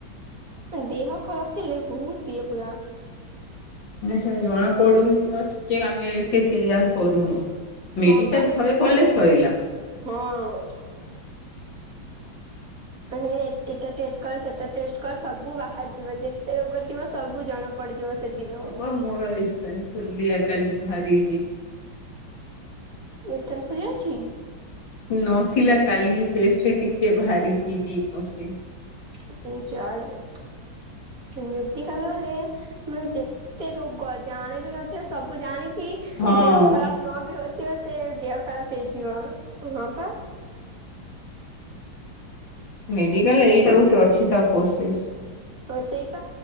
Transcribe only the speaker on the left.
ମାନେ ସେ ଜୋଣା ପଡୁନି ଟିକେ ଆମେ ଏଠି କ୍ରିୟା କରୁନୁ ମେଡିକାଲ
ଥରେ ଗଲେ ସଇିଲ
ହବ ମୋର ଏସ ଫୁଲିଆ କାଲି ବାହାରିଛି
ନଥିଲା କାଲି ଟେଷ୍ଟରେ ଟିକେ ବାହାରିଛି ଦି ବସି।
ହଁ।
ମେଡିକାଲ ଏଇଟା ଗୋଟେ ଅଛି ତା ପ୍ରୋସେସ୍